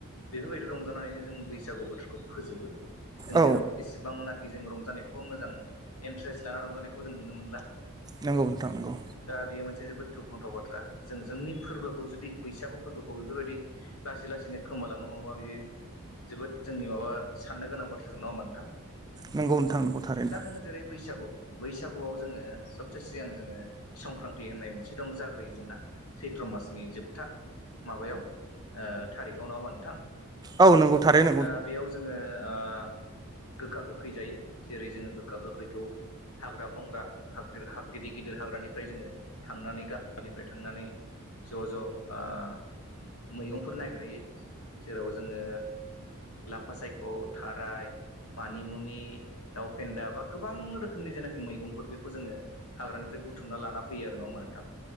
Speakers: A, on the left; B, on the right.
A: बेफोरबायदि रंजानानैनो जों बैसागु बोथोरखौ फोजोबो। जों
B: औ
A: जेराव इसेबांनाखि जों रंजानायखौबो मोजां इन्ट्रेस्ट लानानै रंजानायखौ जों नुनो मोनला।
B: नंगौ नोंथां नंगौ।
A: दा बेयो मोनसे जोबोद दुखुनांथाव बाथ्रा जों जोंनि फोरबोखौ जुदि बैसागु फोरबोखौ बेफोरबायदि लासै लासैनो खम। हबालांनो हमबा बिदि जोबोद जोंनि माबा साननो गोनां बाथ्राजों नङा उमबा नोंथां।
B: नंगौ नोंथां नंगौ थारैनो
A: दा जोङो जेरै बैसागु। बैसागुआव जोङो सबसे सिगां जोङो संक्रान्ति होननाय मोनसे दं जाग्रोयो जोंना सैत्र। मासनि जोबथा माबायाव ओ-थारिकाव नाङा होमाबा नोंथां।
B: औ नंगौ थारैनो
A: दा बेयाव जोङो ओ। गोखा गोखै जायो जेरै जोङो गोखा गोखैखौ। हाग्रा बंग्रा हाब हाब गिदिर गिदिर हाग्रानिफ्राय जोङो थांनानै गामिनिफ्राय थांनानै। ज ज ओ-मैगंफोर नागिर हैयो। जेराव जोङो लाफा सायख थाराय। मानिमुनि दाउ फेन्दा बा गोबां रोखोमनि जेन। बे मैगंफोर बेखौ जोङो हाग्रानिफ्राय बुथुमना लाना फैयो आरो होनबा नोंथां।